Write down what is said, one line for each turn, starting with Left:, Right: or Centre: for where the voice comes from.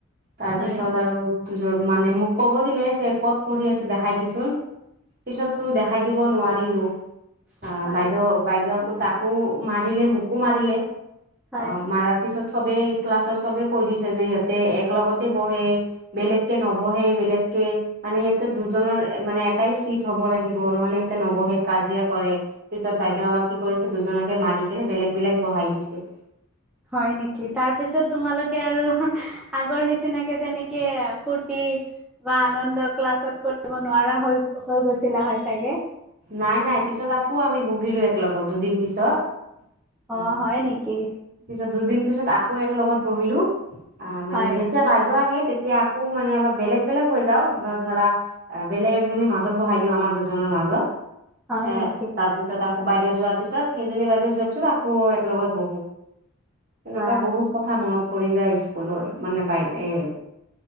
Right: তাৰ
Centre: হয়।
Right: পিছত আৰু দুজন মানে মোক ক'ব দিলে যে ক'ত পঢ়ি আছো দেখাই দিচোন। পিছতো দেখাই দিব নোৱাৰিলো। অ',
Centre: হয়
Right: বাইদেউ বাইদেউ তাকো মাৰিলে মোকো মাৰিলে।
Centre: হয়
Right: অ', মাৰাৰ পিছত চবেই ক্লাছৰ চবেই কৈ দিছে যে ইহঁতে এক লগতে বহে বেলেগকে নবহে বেলেগকে মানে সিহঁতে দুজনৰ মানে এটাই চিট হ'ব লাগিব নহ'লে সিহঁতে নবঢ়ে কাজিয়া কৰে। পিছত বাইদেউ আমাক কি কৰিছে দুজনকে মাৰি কিনে বেলেগ বেলেগ বঢ়াই দিছে।
Centre: হয়, নেকি? তাৰ পিছত তোমালোকে আৰু আগৰ নিচিনাকে তেনেকে কে ফূৰ্তি বা আনন্দ ক্লাছ কৰিব নোৱাৰা হৈ গৈছিলা হয় চাগে?
Right: নাই নাই পিছত আকৌ আমি বহিলো এক লগত দুদিন পিছত।
Centre: অ',
Right: আহ
Centre: হয় নেকি?
Right: পিছত দুদিন পিছত আকৌ এক লগত বহিলো আহ মানে
Centre: হয়
Right: যেতিয়া বাইদেউ আহে তেত এতিয়া আকৌ মানে অলপ বেলেগ বেলেগ হৈ যাওঁ বা ধৰা বেলেগ এজনী মাজত বহাই দিওঁ আমাৰ দুজনৰ মাজত
Centre: হয়
Right: এ
Centre: নেকি
Right: তাৰপিছত আকৌ বাইদেউ যোৱাৰ পিছত সেইজনী বাইদেউ যোৱাৰ পিছত আকৌ এক লগত বঢ়ো। তেনেকুৱা
Centre: বা
Right: বহুত কথা মনত পৰি যায় স্কুলৰ মানে বাই এ